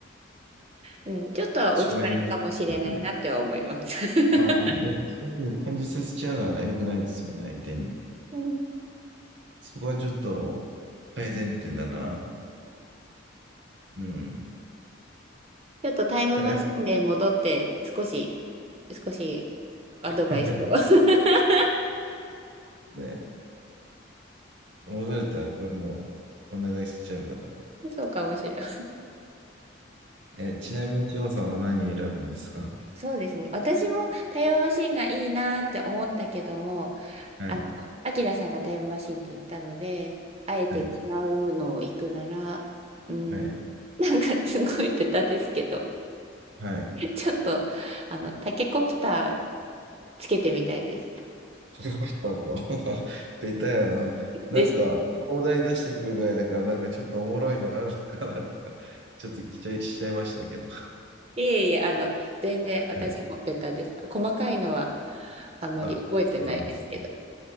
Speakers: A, on the right; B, on the right.
A: うん、ちょっとはお疲れかもしれないなっては思います。
B: 省エネです。こね。
A: <laughs>
B: ああ、やっぱそういうふうに感じさせちゃうのは良くないですよね、相手に。
A: うん
B: そこはちょっと改善点だな。うん。
A: ちょっとタイムマシンで戻って、
B: ただやっぱ、
A: 少し、少しアドバイスを。
B: <laughs>
A: <laughs>
B: ね、戻れたらこれもお願いしちゃうから。
A: そうかもしれない。
B: え、ちなみに、千穂さんは何選ぶんですか
A: そうですね。私もタイムマシンがいいなって思ったけども、
B: はい、
A: あの、アキラさんがタイムマシンって言ったので、あえて違
B: はい、
A: うのを行くなら、うん、
B: はい、
A: <laughs> なんかすごいベタですけど、
B: はい。
A: ちょっと、あの、タケコプターつけてみたいです。
B: かけましたか。<laughs> ベタやな。
A: <laughs>
B: なんか、
A: でしょ
B: お題出してくるぐらいだから、なんかちょっとおもろいのあるのかなとか、ちょっと期待しちゃいましたけど。
A: いえいえ、あの、全然私もベタです。
B: はい。
A: 細かいのはあんまり覚えてないですけど。
B: あ、そうなんです。